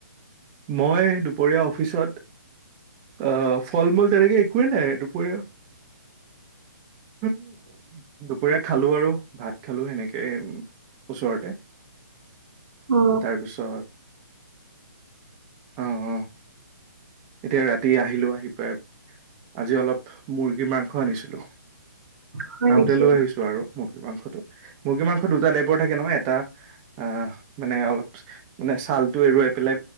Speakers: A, on the right; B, on the right.
A: মই দুপৰীয়া অফিচত। আহ ফল মূল তেনেকে একোৱেই নাই দুপৰীয়া। উম। দুপৰীয়া খালো আৰু ভাত খালো সেনেকেই ওচৰতে।
B: অ
A: তাৰপিছত। অ অ এতিয়া ৰাতি আহিলো আহি পাই। আজি অলপ মুৰ্গীৰ মাংস আনিছিলো।
B: হয়
A: আহোতে
B: নেকি
A: লৈ আহিছো আৰু মুৰ্গী মাংসটো। মুৰ্গী মাংস দুটা টাইপৰ থাকে ন এটা, অ মানে অলপ মানে ছালটো এৰুৱাই পেলাই।